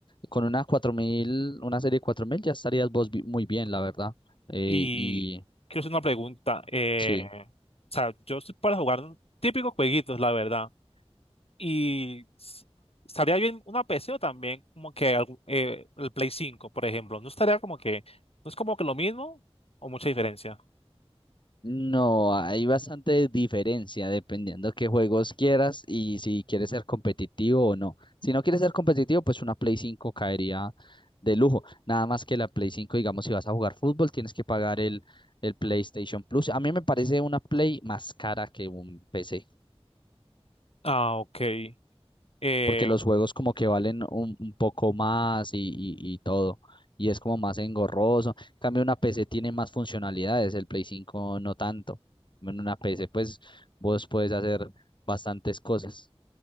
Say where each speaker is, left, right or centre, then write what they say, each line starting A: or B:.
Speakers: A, on the left; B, on the left.
A: con una cuatro mil una serie 4000 ya estarías vos bi- muy bien, la verdad. Eh,
B: Y
A: y
B: quiero hacer una pregunta. eh,
A: sí.
B: o sea, yo estoy para jugar típicos jueguitos, la verdad. Y s- estaría bien una PC o también como que algún- eh, el Play 5 por ejemplo. No estaría como que, no es como que lo mismo o mucha diferencia.
A: No, hay bastante diferencia dependiendo qué juegos quieras y si quieres ser competitivo o no. Si no quieres ser competitivo, pues una Play 5 caería de lujo. Nada más que la Play 5, digamos, si vas a jugar fútbol, tienes que pagar el, el PlayStation Plus. A mí me parece una Play más cara que un PC.
B: Ah, ok. Eh,
A: porque los juegos como que valen un, un poco más y, y- y todo, y es como más engorroso. En cambio, una PC tiene más funcionalidades, el Play 5 no tanto. En una PC, pues vos puedes hacer bastantes cosas.